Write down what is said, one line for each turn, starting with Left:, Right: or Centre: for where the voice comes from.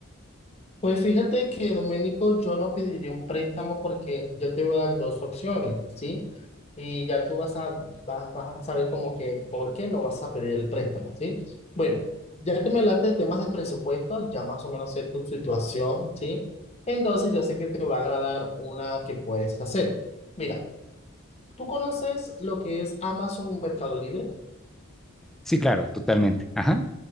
Left: Pues fíjate que, Domenico, yo no pediría un préstamo porque yo te voy a dar dos opciones, ¿sí? Y ya tú vas a, vas, vas a saber como que por qué no vas a pedir el préstamo, ¿sí? Bueno, ya que me hablaste de temas de presupuesto, ya más o menos sé tu situación, ¿sí? Entonces yo sé que te va a agradar una que puedes hacer. Mira, ¿Tú conoces lo que es Amazon y Mercado Libre?
Centre: Sí, claro, totalmente. Ajá.